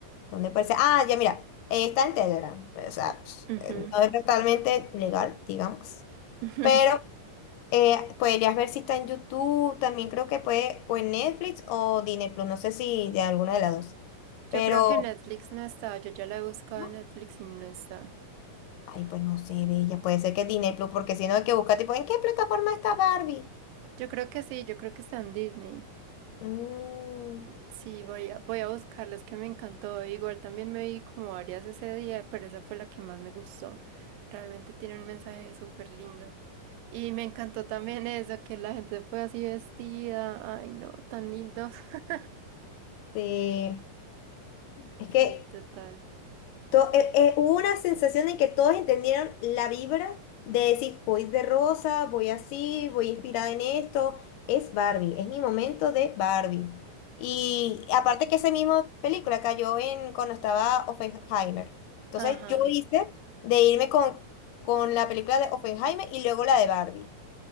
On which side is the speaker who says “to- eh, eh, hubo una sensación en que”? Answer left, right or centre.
Left